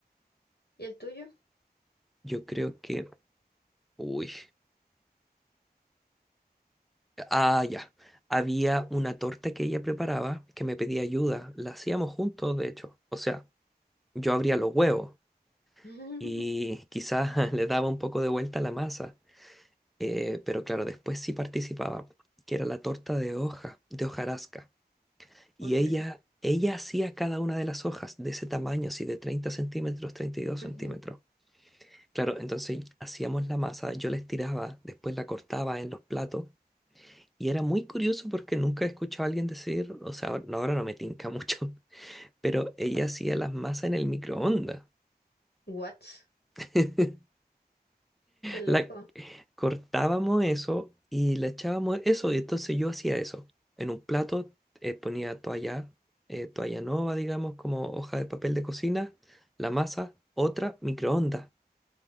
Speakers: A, on the left (about 75°); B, in the centre.
A: ¿y el tuyo?
B: Yo creo que... Uy. Ah, ya. Había una torta que ella preparaba que me pedía ayuda. La hacíamos juntos, de hecho. O sea, yo abría los huevos
A: <laughs>
B: y
A: Uy,
B: quizás <laughs> le daba un poco de vuelta a la masa. Eh, pero claro, después sí participaba, que era la torta de hoja, de hojarasca. Y
A: qué
B: ella,
A: rico.
B: ella hacía cada una de las hojas de ese tamaño, así de 30 centímetros, treinta y dos
A: Ujú.
B: centímetros. Claro, entonces hacíamos la masa, yo la estiraba, después la cortaba en los platos Y era muy curioso porque nunca he escuchado a alguien decir, o sea, ahora no ahora no me tinca mucho, <laughs> pero ella hacía las masas en el microondas.
A: What?
B: <laughs>
A: Qué loco.
B: La cortábamos eso y la echábamos eso, y entonces yo hacía eso. En un plato eh, ponía toalla, eh, toalla nova, digamos, como hoja de papel de cocina, la masa, otra, microondas.